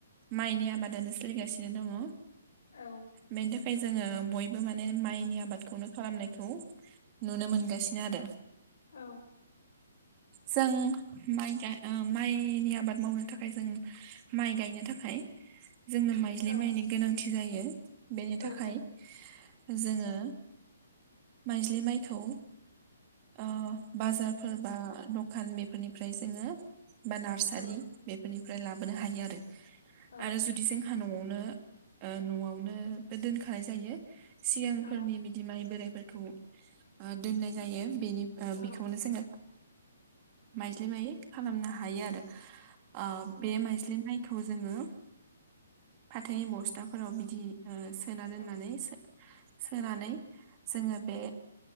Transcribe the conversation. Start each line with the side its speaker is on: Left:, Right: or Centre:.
Right: माइनि आबादानो सोलिगासिनो दङ'।
Left: औ
Right: बेनि थाखाय जोङो बयबो माने माइनि आबादखौनो खालामनायखौ नुनो मोनगासिनो आरो।
Left: औ
Right: जों माइ ए ओ माइनि आबाद मावनो थाखाय जों माइ गायनो थाखाय जोंनो माइज्लि
Left: औ
Right: माइनि गोनांथि जायो बेनि
Left: औ
Right: थाखाय
Left: औ
Right: जोङो माइज्लि माइखौ ओ बाजारफोर बा दखान बेफोरनिफ्राय जोङो बा नार्सारि
Left: औ
Right: बेफोरनिफ्राय लाबोनो हायो आरो
Left: औ
Right: आरो जुदि जोंहा न'आवनो ओ न'आवनो दोनखानाय जायो सिगांफोरनि
Left: औ
Right: बिदि माइ बोराइ फोरखौ ओ दोननाय जायो बेनि
Left: औ
Right: बेखौनो जोङो माइज्लि माय खालामनो हायो आरो आ
Left: औ
Right: बे माइज्लि माइखौ जोङो फाथोनि बस्थाफोराव बिदि ओ सोना दोननानै
Left: औ
Right: सोनानै जोङो बे